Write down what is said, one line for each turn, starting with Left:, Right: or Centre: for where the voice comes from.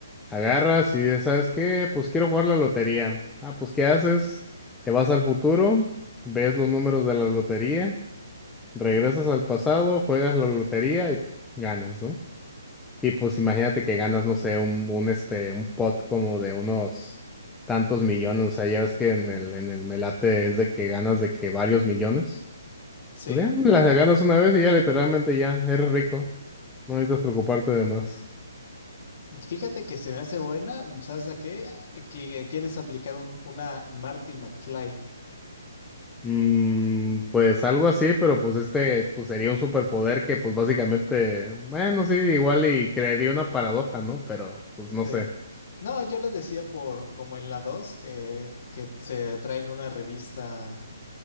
Centre: agarras y dices, ¿sabes qué? Pues quiero jugar la lotería. Ah, pues ¿qué haces? Te vas al futuro, ves los números de la lotería, regresas al pasado, juegas la lotería y ganas, ¿no? Y pues imagínate que ganas, no sé, un, un este, un pot como de unos tantos millones. O sea, ya ves que en el, en el Melate es de que ganas de que varios millones.
Left: sí.
Centre: Pues ya, las ganas una vez y ya literalmente ya, eres rico. No necesitas preocuparte de más.
Left: Fíjate que se me hace buena, ¿sabes a qué? A- Que quieres aplicar un- una Marty McFly.
Centre: Mm, pues algo así, pero pues este, pues sería un superpoder que pues básicamente, bueno, sí, igual y crearía una paradoja, ¿no? Pero pues
Left: Sí.
Centre: no sé.
Left: No, yo lo decía por como en la 2 que, que se traen una revista